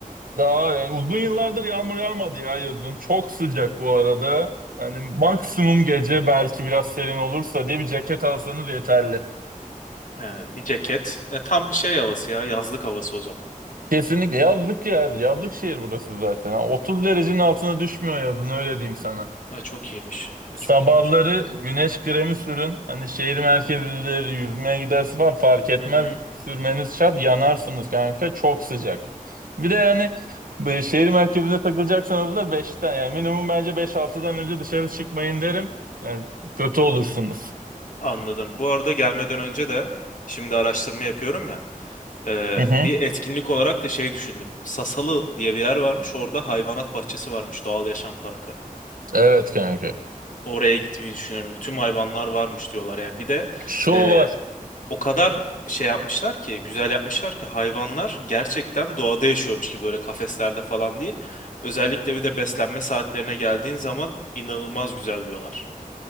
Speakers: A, on the right; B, on the left.
A: Daha yani uzun yıllardır yağmur yağmadı ya yazın. Çok sıcak bu arada. Hani maksimum gece belki biraz serin olursa diye bir ceket alsanız yeterli.
B: He, bir ceket. E, tam şey havası ya yazlık havası o zaman.
A: Kesinlikle yazlık ya. Yazlık şehir burası zaten. Ha, 30 derecenin altına düşmüyor yazın öyle diyeyim sana.
B: E, çok iyiymiş. E,
A: Sabahları
B: çok iyiymiş o zaman.
A: güneş kremi sürün. Hani şehir merkezleri yüzmeye gidersin falan fark etmez.
B: Hı hı.
A: Sürmeniz şart. Yanarsınız kanka. Çok sıcak. Bir de yani bu şehir merkezinde takılacaksanız da beşten yani minimum bence beş altıdan önce dışarı çıkmayın derim. Yani kötü olursunuz.
B: Anladım. Bu arada gelmeden önce de şimdi araştırma yapıyorum ya. e,
A: Hı hı.
B: bir etkinlik olarak da şey düşündüm. Sasalı diye bir yer varmış. Orada hayvanat bahçesi varmış. Doğal Yaşam Parkı.
A: Evet kanka.
B: Oraya gitmeyi düşünüyorum. Tüm hayvanlar varmış diyorlar. Yani bir de
A: Şov
B: e,
A: var.
B: o kadar şey yapmışlar ki, güzel yapmışlar ki hayvanlar gerçekten doğada yaşıyormuş gibi böyle kafeslerde falan değil. Özellikle bir de beslenme saatlerine geldiğin zaman inanılmaz güzel diyorlar.